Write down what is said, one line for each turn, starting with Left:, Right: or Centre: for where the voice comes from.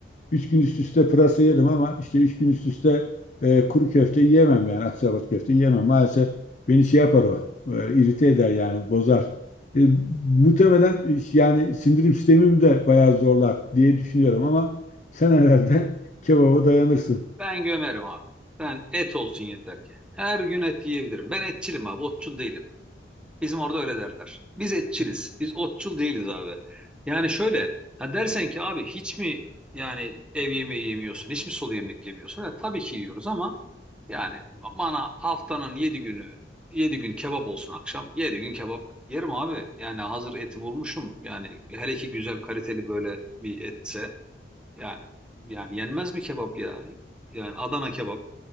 Left: Üç gün üst üste pırasa yedim ama işte üç gün üst üste e, kuru köfte yiyemem yani akçaabat köfte yiyemem. Maalesef beni şey yapar o, e, irite eder yani bozar. E, muhtemelen yani sindirim sistemimi de bayağı zorlar diye düşünüyorum ama sen herhalde <laughs> kebaba dayanırsın.
Centre: Ben gömerim abi. Ben et olsun yeter ki. Her gün et yiyebilirim. Ben etçilim abi, otçul değilim. Bizim orada öyle derler. Biz etçiliz. Biz otçul değiliz abi. Yani şöyle ha dersen ki abi hiç mi yani ev yemeği yemiyorsun? Hiç mi sulu yemek yemiyorsun? Ha, tabii ki yiyoruz ama yani bana haftanın 7 günü 7 gün kebap olsun akşam. yedi gün kebap yerim abi. Yani hazır eti bulmuşum. Yani hele ki güzel kaliteli böyle bir etse yani yani yenmez mi kebap ya? Yani Adana kebap.